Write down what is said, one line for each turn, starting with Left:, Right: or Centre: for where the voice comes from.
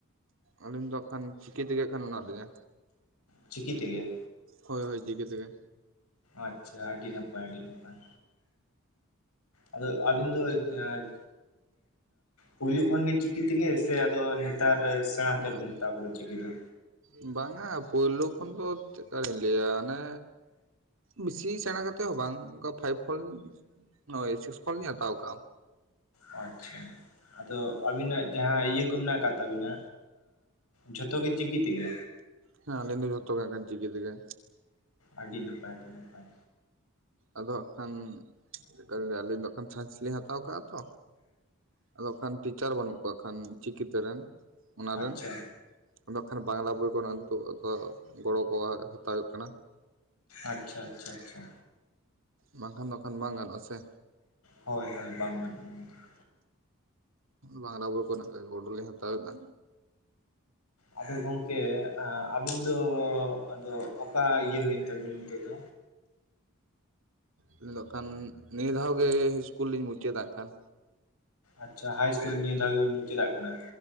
Right: ᱟᱹᱞᱤᱧ ᱫᱚ ᱦᱟᱸᱜ ᱠᱷᱟᱱ ᱪᱤᱠᱤ ᱛᱮᱜᱮ ᱦᱟᱜ ᱠᱷᱟᱱ ᱢᱮᱱᱟᱜ ᱞᱤᱧᱟᱹ
Left: ᱪᱤᱠᱤ ᱛᱮᱜᱮ
Right: ᱦᱳᱭ ᱦᱳᱭ ᱪᱤᱠᱤ ᱛᱮᱜᱮ
Left: ᱟᱪᱷᱟ ᱟᱹᱰᱤ ᱱᱟᱯᱟᱭ ᱟᱹᱰᱤ ᱱᱟᱯᱟᱭ ᱟᱫᱚ ᱟᱹᱵᱤᱱ ᱫᱚ ᱟᱸ ᱯᱩᱭᱞᱩ ᱠᱷᱚᱱᱜᱮ ᱪᱤᱠᱤ ᱛᱮᱜᱮ ᱥᱮ ᱜᱮ ᱟᱫᱚ ᱱᱮᱛᱟᱨ ᱥᱮᱬᱟ
Right: ᱦᱩᱸ
Left: ᱠᱟᱛᱮᱫ ᱵᱤᱱ ᱦᱟᱛᱟᱣ ᱠᱟᱫᱟ ᱪᱤᱠᱤ ᱫᱚ
Right: ᱩᱸ ᱵᱟᱝᱟ ᱯᱳᱭᱞᱩ ᱠᱷᱚᱱ ᱫᱚ ᱪᱮᱫᱠᱟᱞᱤᱧ ᱞᱟᱹᱭᱟ ᱚᱱᱮ ᱵᱤᱥᱤ ᱥᱮᱬᱟ ᱠᱟᱛᱮᱫ ᱦᱚᱸ ᱵᱟᱝ ᱚᱱᱠᱟ ᱯᱷᱟᱭᱤᱵ ᱠᱷᱚᱱ ᱱᱚᱭ ᱥᱤᱠᱥ ᱠᱷᱚᱱᱞᱤᱧ ᱦᱟᱛᱟᱣ ᱟᱠᱟᱜᱼᱟ
Left: ᱟᱪᱷᱟ ᱟᱫᱚ ᱟᱵᱤᱱᱟᱜ ᱡᱟᱦᱟᱸ ᱤᱭᱟᱹ ᱠᱚ ᱢᱮᱱᱟᱜ ᱟᱠᱟᱫ ᱛᱟᱵᱤᱱᱟ ᱡᱷᱚᱛᱚ ᱜᱮ ᱪᱤᱠᱤ ᱛᱮᱜᱮ
Right: ᱦᱮᱸ ᱟᱹᱞᱤᱧ ᱫᱚ ᱡᱷᱚᱛᱚ ᱜᱮ ᱦᱟᱜ ᱠᱷᱟᱱ ᱪᱤᱠᱤ ᱛᱮ ᱜᱮ
Left: ᱟᱹᱰᱤ ᱱᱟᱯᱟᱭ ᱟᱹᱰᱤ ᱱᱟᱯᱟᱭ
Right: ᱟᱫᱚ ᱦᱟᱸ ᱠᱷᱟᱱ ᱪᱮᱫ ᱟᱹᱞᱤᱧ ᱫᱚ ᱦᱟᱜ ᱠᱷᱟᱱ ᱥᱟᱭᱤᱱᱥ ᱞᱤᱧ ᱦᱟᱛᱟᱣ ᱠᱟᱜᱼᱟ ᱛᱚ ᱟᱫᱚ ᱠᱷᱟᱱ ᱴᱤᱪᱟᱨ ᱵᱟᱹᱱᱩᱜ ᱠᱚᱣᱟ ᱠᱷᱟᱱ ᱪᱤᱠᱤᱛᱮ ᱨᱮᱱ ᱚᱱᱟ
Left: ᱟᱪᱪᱷᱟ
Right: ᱨᱮᱱ ᱟᱫᱚ ᱠᱷᱟᱱ ᱵᱟᱝᱞᱟ ᱵᱳᱭ ᱠᱚᱨᱮᱱᱟᱜ ᱱᱤᱛᱚᱜ ᱜᱚᱲᱚ ᱠᱚ ᱦᱟᱛᱟᱣ ᱦᱩᱭᱩᱜ ᱠᱟᱱᱟ
Left: ᱟᱪᱷᱟ ᱟᱪᱷᱟ ᱟᱪᱷᱟ
Right: ᱵᱟᱝᱠᱷᱟᱱ ᱱᱚᱝᱠᱟᱱ ᱵᱟᱝ ᱜᱟᱱᱚᱜᱼᱟ ᱥᱮ
Left: ᱦᱳᱭ ᱦᱳᱭ ᱵᱟᱝ ᱜᱟᱱᱚᱜ ᱟ
Right: ᱵᱟᱝᱞᱟ ᱵᱳᱭ ᱠᱚᱨᱮᱱᱟᱜ ᱜᱚᱲᱚᱞᱮ ᱦᱟᱛᱟᱣᱮᱫᱟ
Left: ᱟᱫᱚ ᱜᱚᱝᱠᱮ ᱟᱹᱵᱤᱱ ᱫᱚ ᱟᱫᱚ ᱚᱠᱟ ᱤᱭᱟᱹ ᱦᱩᱭᱮᱱ ᱛᱟᱵᱤᱱᱟ ᱱᱤᱛᱚᱜ ᱫᱚ
Right: ᱟᱹᱞᱤᱧ ᱫᱚ ᱦᱟᱜ ᱠᱷᱟᱱ ᱱᱤᱭᱟᱹ ᱫᱷᱟᱣ ᱜᱮ ᱤᱥᱠᱩᱞ ᱞᱤᱧ ᱢᱩᱪᱟᱹᱫᱟ ᱦᱟᱜᱠᱟᱱ
Left: ᱟᱪᱷᱟ ᱦᱟᱭ ᱤᱥᱠᱩᱞ ᱱᱤᱭᱟᱹ ᱫᱷᱟᱣ ᱜᱮᱵᱤᱱ ᱢᱩᱪᱟᱹᱟᱜ ᱠᱟᱱᱟ